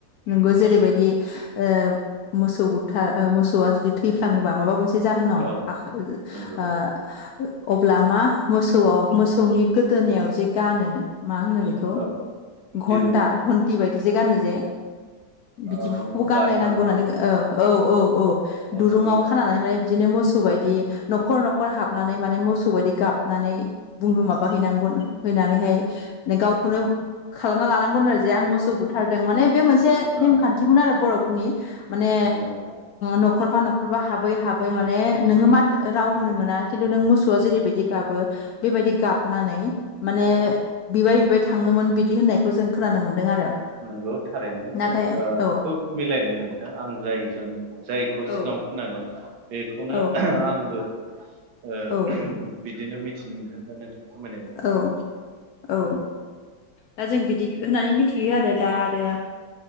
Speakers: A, on the left (about 80°); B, on the right (about 70°).
A: नोंगौ जेरैबायदि ओ मोसौ बुथा ओ मोसौआ जुदि थैफ्लाङोबा माबा मोनसे जाहोनाव
B: औ
A: <unintelligible>
B: नंगौ
A: अब्ला मा मोसौआव मोसौनि गोदोनायाव जे गानो मा होनो बेखौ?
B: औ
A: घन्टा
B: दिरुं
A: घन्टि बायदिजे गानो जे बिदि
B: ओ
A: खौबो गानलायनांगौ
B: गाथा नामा
A: होननानै औ औ औ औ
B: मोसौनि
A: दुरुङाव
B: गाथा
A: खानानै माने बिदिनो मोसौ बायदि
B: औ
A: न'खर न'खर हाबनानै माने मोसौ बायदि गाबनानै बुंनो माबाहैनांगौनो। हैनानैहाय गावखौनो खालामना लानांगौनो आरो जे आं मोसौ बुथारदों माने बे मोनसे से नेम
B: औ
A: खान्थिमोन आरो बर'फोरनि माने
B: नंगौ
A: न'खरफा न'खरफा हाबै हाबै माने नोङो माथ राव होनो मोना खिन्थु नों मोसौआ जेरैबायदि गाबो बेबायदि गाबनानै माने बिबाय बिबाय थाङोमोन बिदि होननायखौ जों खोनानो मोन दों आरो।
B: नंगौ थारैनो
A: नाथाय
B: जों ओ
A: औ
B: खोब मिलायदों नोंथां आं जायजों जायखौ
A: औ
B: सिगांआव खोनादों बेखौनो
A: औ
B: आंबो ओ
A: औ
B: बिदिनो मिथिनो मोन्दों दा नोंथां फोरमायनाय बादिनो।
A: औ औ दा जों बिदि होननानै मिथियो आरो दा आरो